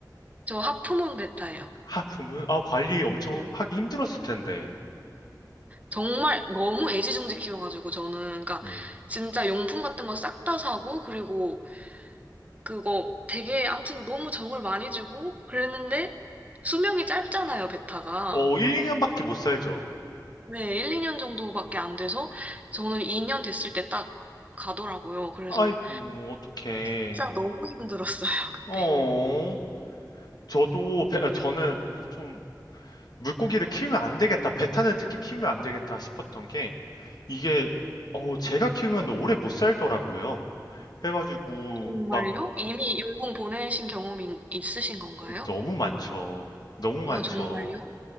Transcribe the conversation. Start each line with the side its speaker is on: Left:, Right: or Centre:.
Right: 저 하프문 베타예요.
Left: 아 부모 아 관리 엄청
Right: 네.
Left: 하기 힘들었을 텐데.
Right: 정말 너무 애지중지 키워가지고 저는 그러니까
Left: 네.
Right: 진짜 용품 같은 거 싹 다 사고 그리고 그거 되게 아무튼 너무 정을 많이 주고 그랬는데 수명이 짧잖아요, 베타가.
Left: 어 1, 2년밖에 못 살죠.
Right: 네, 1, 2년 정도밖에 안 돼서 저는 2년 됐을 때 딱 가더라고요. 그래서
Left: 아이고 어떡해.
Right: 진짜 너무 힘들었어요, <laughs> 그때.
Left: 어 저도 베- 아, 저는 좀 물고기를 키우면 안 되겠다. 베타는 특히 키우면 안 되겠다 싶었던 게 이게 어 제가 키우면 오래 못 살더라고요. 해가지고
Right: 어, 정말요?
Left: 막
Right: 이미 용궁 보내신 경험이 있으신 건가요?
Left: 너무 많죠. 너무 많죠.
Right: 아, 정말요?